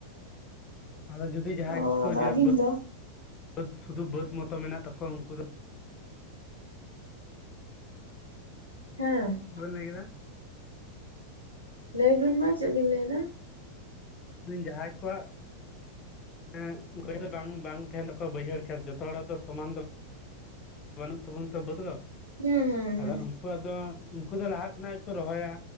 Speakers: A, on the left (about 30°); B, on the right (about 80°).
A: ᱟᱫᱚ ᱡᱩᱫᱤ ᱡᱟᱦᱟᱸᱭ
B: ᱚ
A: ᱠᱚ,
B: ᱟᱫᱚ
A: ᱡᱮ
B: ᱟᱹᱵᱤᱱ
A: ᱵᱟᱹᱫᱽ
B: ᱫᱚ
A: ᱥᱩᱫᱩ ᱵᱟᱹᱫᱽ ᱢᱚᱛᱚ ᱢᱮᱱᱟᱜ ᱛᱟᱠᱚᱣᱟ ᱩᱱᱠᱩ ᱫᱚ
B: ᱦᱮᱸ
A: ᱪᱮᱫ ᱵᱮᱱ ᱞᱟᱸᱭ ᱠᱮᱫᱟ?
B: ᱞᱟᱹᱭᱵᱤᱱ ᱢᱟ, ᱪᱮᱫ ᱵᱤᱱ ᱞᱟᱹᱭ ᱫᱟ?
A: ᱞᱟᱹᱭ ᱫᱟᱹᱤᱧ ᱡᱟᱦᱟᱸᱭ ᱠᱚᱣᱟᱜ ᱮᱜ ᱵᱟᱭᱦᱟᱹᱲ ᱫᱚ ᱵᱟᱝᱼᱵᱟᱝ ᱛᱟᱦᱮᱱ ᱛᱟᱠᱚᱣᱟ, ᱵᱟᱹᱭᱦᱟᱹᱲ ᱠᱷᱮᱛ, ᱡᱚᱛᱚ ᱦᱚᱲᱟᱜ ᱫᱚ ᱥᱚᱢᱟᱱ ᱫᱚ᱾ ᱵᱟᱹᱱᱩᱜ ᱛᱟᱵᱚᱱ ᱛᱚ ᱵᱟᱹᱛ ᱫᱚ᱾
B: ᱦᱩᱸ, ᱦᱩᱸ,
A: ᱟᱫᱚ
B: ᱦᱩᱸ᱾
A: ᱩᱱᱠᱩᱣᱟᱜ ᱫᱚ, ᱩᱱᱠᱩ ᱫᱚ ᱞᱟᱦᱟ ᱠᱷᱚᱱᱟᱜ ᱜᱮᱠᱚ ᱨᱚᱦᱚᱭᱟ,